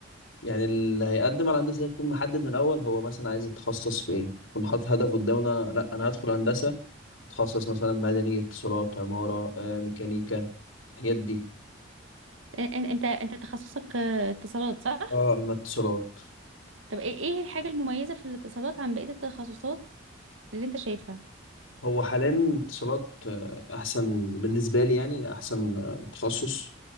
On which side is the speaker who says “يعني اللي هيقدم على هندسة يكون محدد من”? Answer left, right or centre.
Left